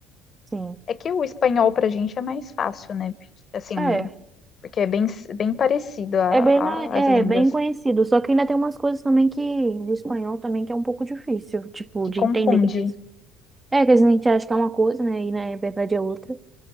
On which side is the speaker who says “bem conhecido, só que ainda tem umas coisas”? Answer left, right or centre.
Right